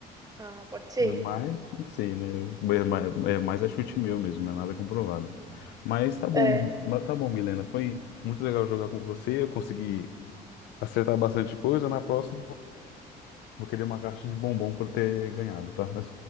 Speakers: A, on the right; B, on the left.
A: Ah, pode ser.
B: Mas, não sei, né? Eu- É mais é mais a chute meu mesmo, não é nada comprovado. Mas tá bom,
A: É,
B: mas tá bom, Milena. Foi muito legal jogar com você. Eu consegui acertar bastante coisa, na próxima vou querer uma caixa de bombom por ter ganhado, tá? <laughs>